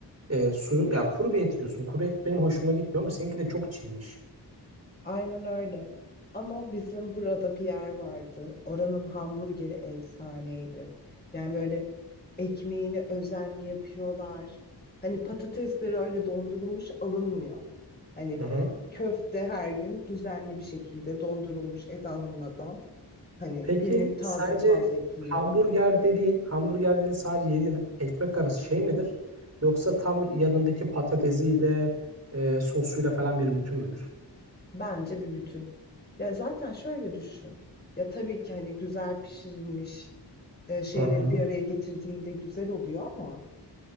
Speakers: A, on the right (about 40°); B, on the left (about 25°).
A: e, suyu ya kuru bir et yiyorsun. Kuru et benim hoşuma gitmiyor ama seninki de çok çiğmiş.
B: Aynen öyle. Ama bizim burada bir yer vardı. Oranın hamburgeri efsaneydi. Yani böyle ekmeğini özenli yapıyorlar. Hani patatesleri öyle dondurulmuş alınmıyor. Hani
A: Hı hı.
B: köfte her gün düzenli bir şekilde dondurulmuş et alınmadan. Hani
A: Peki
B: günlük taze
A: sence
B: taze yapılıyor.
A: hamburger dediğin, hamburger dediğin sadece yediğin ekmek arası şey midir? Yoksa tam yanındaki patatesiyle, e, sosuyla falan bir bütün müdür?
B: Bence bir bütün. Ya zaten şöyle düşün. Ya tabii ki hani güzel pişirilmiş e, şeyleri
A: Hı hı.
B: bir araya getirdiğinde güzel oluyor ama